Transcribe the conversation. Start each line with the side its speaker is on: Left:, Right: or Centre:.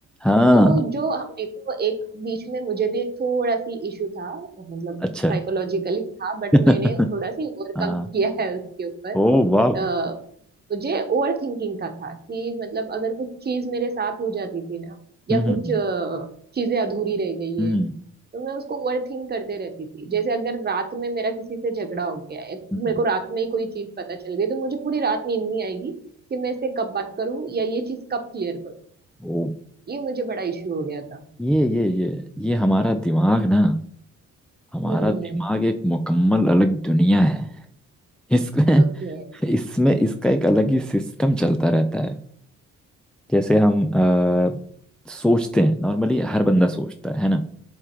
Centre: हाँ
Right: तो जो मेरे को एक बीच में मुझे भी एक थोड़ा सी इशू था मतलब
Centre: अच्छा
Right: साइकोलॉजिकली था बट
Centre: <laughs>
Right: मैंने थोड़ा सी ओवरकम
Centre: हाँ
Right: किया है उसके ऊपर
Centre: ओ वाह हम्म
Right: अ, मुझे ओवर थिंकिंग का था कि मतलब अगर कुछ चीज मेरे साथ हो जाती थी ना या
Centre: हम्म
Right: कुछ अ, चीजें अधूरी रह गई
Centre: हम्म
Right: है तो मैं उसको ओवर थिंक करते रहती थी जैसे अगर रात में मेरा किसी से झगड़ा हो गया है
Centre: हम्म,
Right: मेरे को रात में ही कोई चीज पता चल गई तो मुझे पूरी रात नींद नहीं आएगी कि मैं इससे कब बात करूं या ये चीज कब क्लियर करूं
Centre: ओ
Right: ये मुझे बड़ा इशू हो गया था
Centre: ये ये ये ये हमारा दिमाग ना हमारा
Right: हम्म
Centre: दिमाग एक मुकम्मल अलग दुनिया है इसमें
Right: ओके
Centre: इसमें इसका एक अलग ही सिस्टम चलता रहता है जैसे हम अ, सोचते हैं नॉर्मली हर बंदा सोचता है है ना